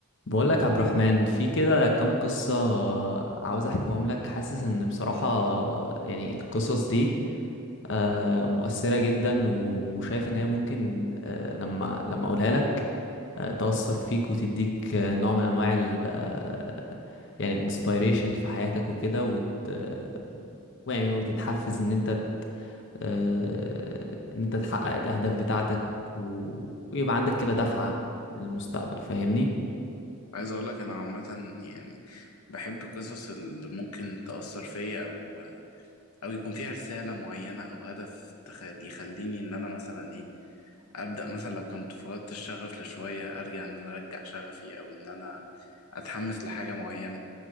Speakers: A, on the left; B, on the left.
A: بقول لك عبد الرحمن في كده كام قصة عاوز احكيهم لك حاسس ان بصراحة يعني القصص دي آه، مؤثرة جدا وشايف ان هي ممكن آه، لما لما اقولها لك آه، تأثر فيك وتديك آه، نوع من انواع ال آه، يعني الانسبيريشن في حياتك وكده وت آه، ويعني وتتحفز ان انت آه، ان انت تحقق الاهداف بتاعتك و... ويبقى عندك كده دفعة للمستقبل فاهمني
B: عايز اقول لك انا عامه يعني بحب القصص اللي ممكن تاثر فيا او او يكون فيها رساله معينه او هدف تخل... يخليني ان انا مثلا ايه ابدا مثلا لو كنت فقدت الشغف لشويه ارجع ان انا ارجع شغفي او ان انا اتحمس لحاجه معينه